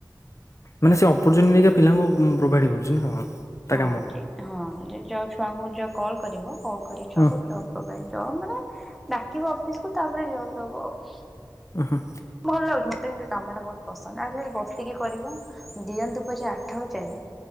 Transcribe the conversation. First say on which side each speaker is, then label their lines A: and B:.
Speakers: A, on the left; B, in the centre.
A: ମାନେ ସେ ଅପରଚୁନିଟି ପିଲାଙ୍କୁ ପ୍ରୋଭାଇଡ କରୁଛି ନା କଣ। ତା
B: ହଁ
A: କାମ
B: ଯେ ହଁ ଯେ ଯ ଛୁଆଙ୍କୁ କଲ୍ କରିବ। କଲ୍ କରି ଛୁଆଙ୍କୁ
A: ହୁଁ
B: ଜବ୍ ପ୍ରୋଭାଇଡ୍ ଜବ୍ ମାନେ ଡାକିବ ଅଫିସକୁୁ ତାପରେ ଜବ୍ ଦବ ଆଉ।
A: ଓହୋ।
B: ଭଲ ଲାଗୁଛି ମତେ କିନ୍ତୁ କାମଟା ବହୁତ ପସନ୍ଦ ଆଟ ଲିଷ୍ଟ ବସିକି କରିବ। ଦିଅନ୍ତୁ ପଛେ ଆଠ ହଜାର